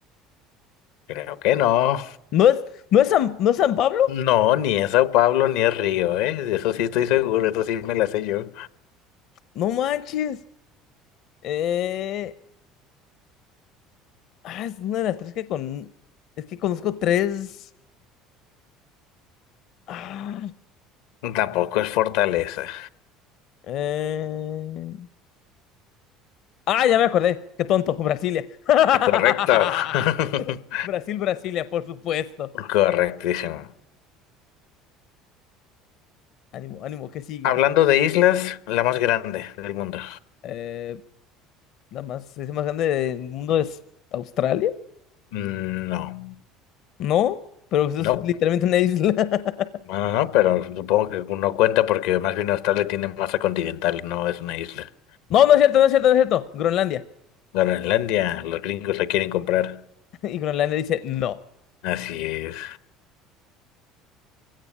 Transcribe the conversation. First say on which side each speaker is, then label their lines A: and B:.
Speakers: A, on the left; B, on the left.
A: Creo que no.
B: ¿No es, no es San, no es San Pablo?
A: No, ni es Sao Paulo ni es Río, ¿eh? De eso sí estoy seguro, eso sí me la sé yo.
B: No manches. Eh, ah, es una de las tres que con... Es que conozco tres... Ah,
A: Tampoco es Fortaleza.
B: eh... ah, ya me acordé. Qué tonto. Brasilia. <laughs>
A: Correcto. <laughs>
B: Brasil, Brasilia, por supuesto.
A: Correctísimo.
B: Ánimo, ánimo, ¿qué sigue?
A: Hablando
B: ¿Qué sigue?
A: de islas, la más grande del mundo.
B: Eh, la más, es más grande del mundo es Australia,
A: Mm, No,
B: ¿no? Pero pues es
A: no,
B: literalmente una isla. <laughs>
A: no, no, no, pero supongo que no cuenta porque más bien Australia tiene masa continental, no es una isla.
B: No, no es cierto, no es cierto, no es cierto. Groenlandia.
A: Groenlandia, los gringos la quieren comprar.
B: <laughs> Y Groenlandia dice no.
A: Así es.